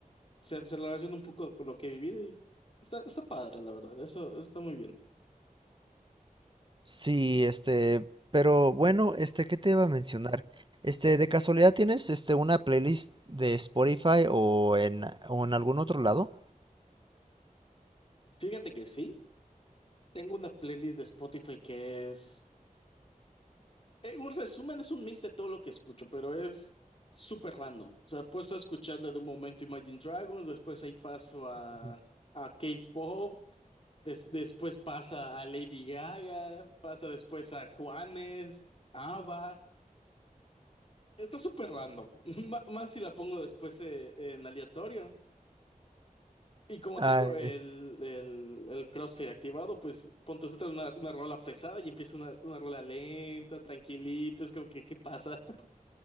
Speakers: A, on the left; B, on the right.
A: se, se relaciona un poco con lo que he vivido y está, está padre, la verdad. Eso está muy bien.
B: Sí, este, pero bueno, este, ¿qué te iba a mencionar? Este, ¿de casualidad tienes este una playlist de Spotify o en, o en algún otro lado?
A: Fíjate que sí, tengo una playlist de Spotify que es, eh, un resumen, es un mix de todo lo que escucho, pero es súper random. O sea, puedo estar escuchando de un momento Imagine Dragons, después ahí paso a,
B: Ujú.
A: a K-pop, des- después pasa a Lady Gaga, pasa después a Juanes, ABBA. Está súper random, <laughs> M- más si la pongo después eh, en aleatorio. Y como
B: Ay,
A: tengo el, el, el CrossFit activado, pues ponte otra una, una rola pesada y empieza una, una rola lenta, tranquilita, es como que, ¿qué pasa?